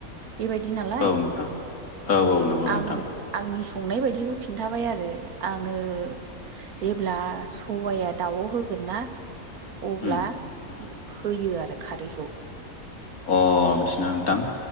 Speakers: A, on the right (about 90°); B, on the left (about 85°).
A: बे बादिनालाय।
B: औ नोंथां औ औ नंगौ नोंथां
A: आं आंनि संनाय बायदिखौ खिन्थाबाय आरो आङो जेब्ला। सबाया दाउआव होगोनना अब्ला
B: उम
A: होयो। आरो खारैखौ
B: अ बिदिसना नोंथां